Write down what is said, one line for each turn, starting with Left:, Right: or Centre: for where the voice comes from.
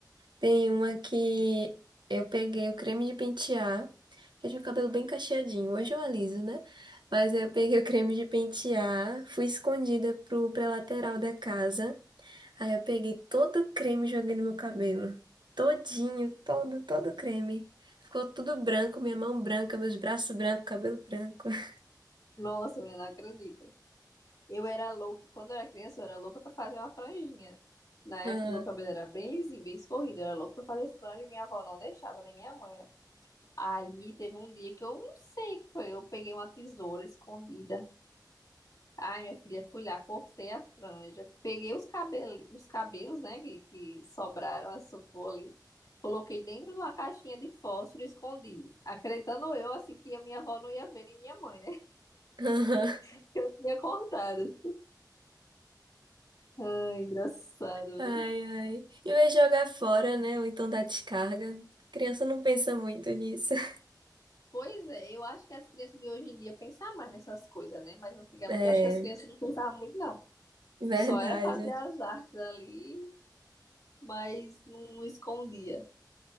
Right: Tem uma que eu peguei o creme de pentear, que eu tinha o cabelo bem cacheadinho. Hoje eu aliso, né? Mas eu peguei o creme de pentear, fui escondida pro, pra lateral da casa. Aí eu peguei todo o creme e joguei no meu cabelo. Todinho, todo, todo creme. Ficou tudo branco, minha mão branca, meus braços brancos, cabelo branco. <laughs>
Left: Nossa, menina, não acredito. Eu era louca, quando eu era criança, eu era louca pra fazer uma franjinha. Na
Right: Ah,
Left: época, meu cabelo era bem lisinho, bem escorrido. Eu era louca pra fazer franja e minha avó não deixava, nem minha mãe. Aí teve um dia que eu não sei o que foi. Eu peguei uma tesoura escondida. Ai, minha filha, fui lá, cortei a franja, peguei os cabelos, os cabelos, né, que, que sobraram, assoprou ali, coloquei dentro de uma caixinha de fósforo e escondi, acreditando eu, assim, que a minha avó não ia ver, nem minha mãe, né,
Right: <laughs>
Left: <laughs> que eu tinha cortado. Ai, engraçado,
Right: Ai,
Left: viu?
Right: ai. Em vez de jogar fora, né? Ou então dar descarga. Criança não pensa muito nisso. <laughs>
Left: Pois é, eu acho que as crianças de hoje em dia pensam mais nessas coisas, né, mas antigamente
Right: É,
Left: eu acho que as crianças não pensavam muito, não.
Right: verdade.
Left: Só era fazer as artes ali, mas não escondia.